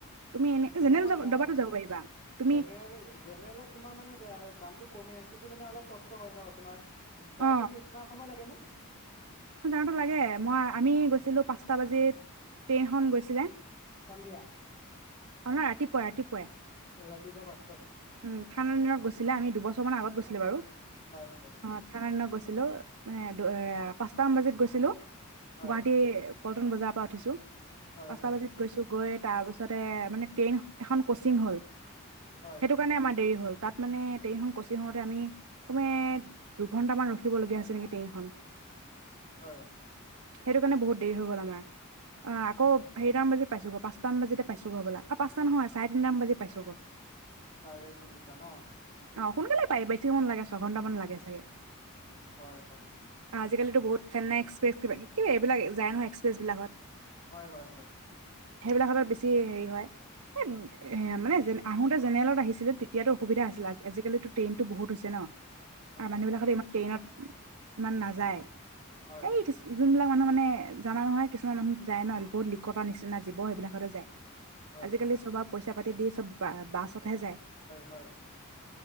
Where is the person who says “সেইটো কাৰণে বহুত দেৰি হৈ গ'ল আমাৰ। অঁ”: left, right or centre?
Right